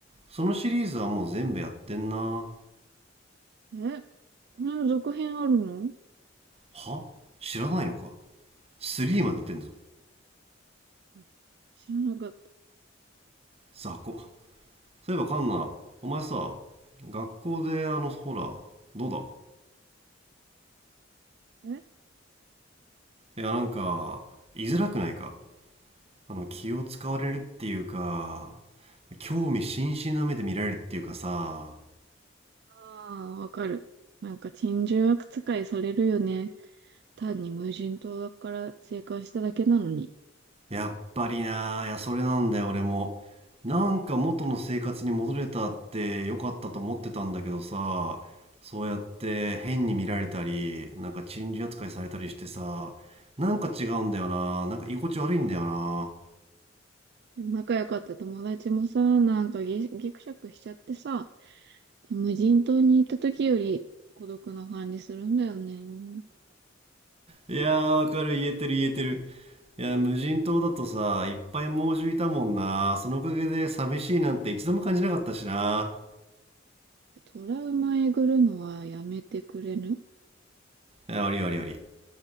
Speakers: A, on the right (about 30°); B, on the right (about 55°).
A: そのシリーズはもう全部やってんな
B: えこれの続編あるの
A: は知らないのか3まで出てんぞ
B: うん知らなかった。
A: 雑魚そういえばカンナお前さ学校であのほらどう
B: え
A: だいやなんか居づらくないかあの気を使われるっていうか興味津々の目で見られるっていうかさ
B: ああー、わかる。なんか珍獣悪使いされるよね。単に無人島だから生還しただけなのに。
A: やっぱりなあ、いや、それなんだよ、俺も。なんか元の生活に戻れたって良かったと思ってたんだけどさ、そうやって変に見られたり、なんか珍事扱いされたりしてさ、なんか違うんだよな、なんか居心地悪いんだよな。
B: でも仲良かった友達もさ、なんかぎ、ぎくしゃくしちゃってさ、無人島に行った時より孤独な感じするんだよね。い
A: いやー、わかる、言えてる、言えてる。いや、無人島だとさ、いっぱい猛獣いたもんな。そのおかげで寂しいなんて一度も感じなかったしな。
B: やトラウマえぐるのはやめてくれぬ
A: いや、ありありあり。